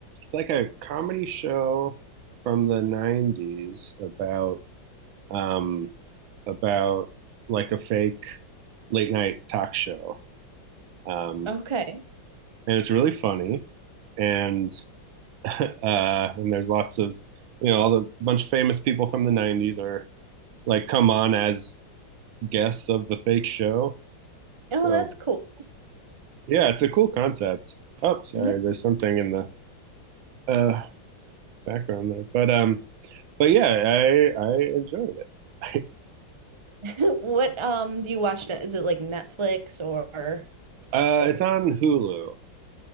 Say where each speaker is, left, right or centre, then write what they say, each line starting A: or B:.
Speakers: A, on the right; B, on the right.
A: like a comedy show from the 90s about um about like a fake late night talk show. Um
B: Okay.
A: and it's really funny and <laughs> uh, and there's lots of you know all the bunch of famous people from the 90s are like come on as guests of the fake show
B: Oh,
A: so
B: that's cool.
A: yeah it's a cool concept oh sorry
B: Yeah.
A: there's something in the uh background there but um but yeah i i enjoyed it
B: <laughs> What um do you watch now? Is it like Netflix or
A: <laughs> uh it's on hulu